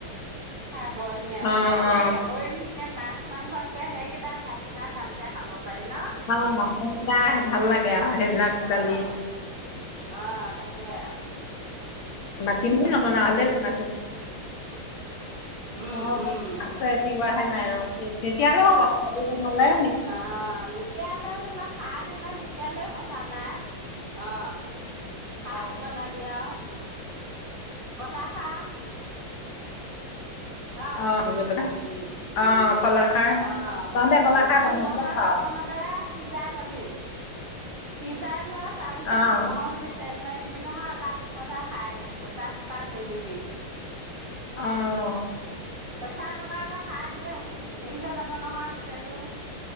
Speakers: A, on the right; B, on the left.
A: খাই বৰ ধুনীয়া লাগে
B: অ
A: এনে
B: অ অ
A: অইনকে মাছ মাংসতকে সেইকেইটা ভাত কেইটা ভালকে খাব পাৰি ন?
B: অ' সেইকেইটাই ভাল লাগে। আৰু সেইবিলাক দালি
A: আহ আহ তাকে।
B: মাটিমাহ নৱনুৱা হলে মাটিমাহ <inaudible>
A: উম,
B: মই
A: উম।
B: আছে তিৱাহে নাই ৰ নিতিয়ালৈ হ'ব নলে
A: অ' নিতিয়ালৈও ধৰি লওক খাৰ দিলে নিতিয়ালৈও কথা নাই। অ' খাৰ
B: অ', অ',
A: দি বনাবি আৰু কলা খাৰ। হা?
B: ভাজি লৈ পেলাই
A: উম উম।
B: অ', কলাখাৰ
A: অ
B: তহঁতে কলাখাৰ
A: হুচেল
B: বন
A: নহয়
B: ক'ত পাৱ?
A: প্ৰথম তে সিজাই লবি সিজাই লৈ তাৰপিছত
B: অ',
A: নহৰু দি তেল মাৰি দিবি নহয় তাৰপিছতহে খাই দিবি প্ৰেছাৰ কুকাৰত নিদিবি। <inaudible>
B: অ'।
A: প্ৰেছাৰ কুকাৰতে খাৰ দিলে উ হেৰি হৈ যাব নহয় গোটেইটো